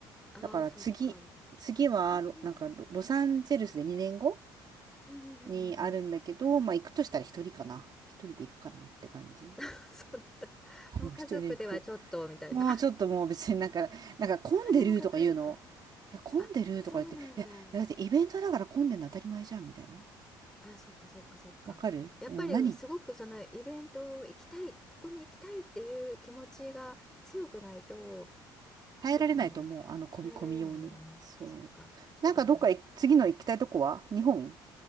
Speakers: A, in the centre; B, on the right.
A: ああ、
B: だから次、
A: そっか。
B: 次はロ、
A: うん
B: なんかロ、ロサンゼルスで2年後
A: うん。ううんうんうんうん。
B: にあるんだけど、まあ行くとしたら一人かな。一人で行くかなって感じ。
A: <laughs> そうなんだ。
B: <laughs>
A: もう家族ではちょっとみたいな。
B: うん一人で行く。もうちょっともう別になんか、なんか混んでるとか言うの。
A: お金もかかるか。
B: いや、混んでるとか言って、
A: あ、そうなんだ。
B: いや、いやだってイベントだから混んでるの当たり前じゃんみたいな。
A: あ、そっかそっかそっか。
B: わかるうん、
A: やっぱりすごくそのイベントを行きたい、
B: 何
A: ここに行きたいっていう気持ちが強くないと、そうだよね。
B: 耐えられないと思う。あの混み、
A: 耐えられないよね。
B: 混みように。そう。
A: そっか、そうだよね。
B: なんかどっか行次の行きたいとこは日本